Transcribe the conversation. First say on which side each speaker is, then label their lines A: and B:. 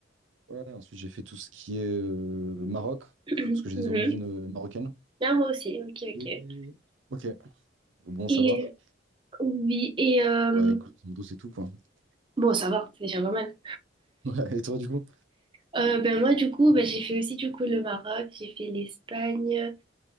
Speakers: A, on the right; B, on the right.
A: Ouais, ensuite, j'ai fait tout ce qui est euh, Maroc,
B: <clears throat>
A: parce que j'ai des
B: Mhm.
A: origines euh, marocaines.
B: Ah, moi aussi, ok,
A: Et...
B: ok.
A: Ok, bon à savoir.
B: Et euh, oui, et euh,
A: Ouais, grosso modo, c'est tout, quoi. <laughs>
B: bon, ça va, c'est déjà pas mal.
A: Ouais, et toi, du coup?
B: Euh, ben moi, du coup, ben, j'ai fait aussi du coup le Maroc, j'ai fait l'Espagne.